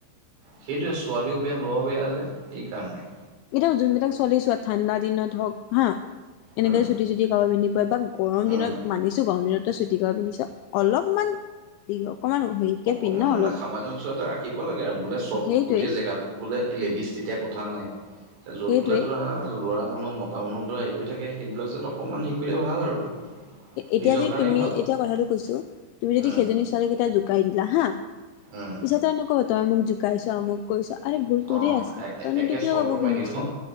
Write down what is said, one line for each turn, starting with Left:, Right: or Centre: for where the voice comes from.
Right: সেইটোৱে ছোৱালীও বেয়া, ল'ৰাও বেয়া যে এইকাৰণে।
Left: এতিয়া যোনবিলাক ছোৱালী চোৱা আৰু ঠাণ্ডা দিনত হওক হা এনেকে
Right: উম
Left: চুটি- চুটি কাপোৰ পিন্ধি ফুৰে বা গৰম
Right: উম।
Left: দিনত মানিছো গৰম দিনত তই চুটি কাপোৰ পিন্ধিছ। অলপমান অকমান হেৰিকে
Right: অকমান
Left: পিন্ধ ন
Right: মানে
Left: অলপ
Right: সামান্য ওচৰতে ৰাখিব লাগে আৰু বোলে চব
Left: সেইটোৱে
Right: গোটেই জেগাত য'ত বোলে লেডিজ তেতিয়া কথা নাই য'ত
Left: সেইটোৱে
Right: বোলে ধৰা ল'ৰা মানুহ ম টাউনৰ দ্বাৰা হেৰি কৰি থাকে সেইবিলাক যাত অকমান হেই কৰিলে ভাল আৰু।
Left: এতিয়া
Right: নিজৰ
Left: যদি
Right: কাৰণেই
Left: তুমি
Right: ভাল
Left: এতিয়া কথাটো কৈছো তুমি যদি
Right: উম
Left: সেইজনী ছোৱালীক এতিয়া জোকাই দিলা হা
Right: উম,
Left: পিছত তাই এনেকুৱা কব তই মোক জোকাইছ, অমুক কৰিছ আৰে ভুল তোৰে
Right: অ
Left: আছে তইনু
Right: একে
Left: ইতো কিয়
Right: চৰ্ট
Left: কাপোৰ
Right: মাৰি
Left: পিন্ধিছ।
Right: দিব।